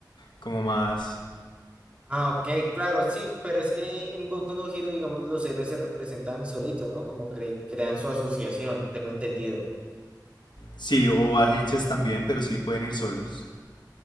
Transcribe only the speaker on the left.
como más...
Sí, o agencias también, pero sí pueden ir solos.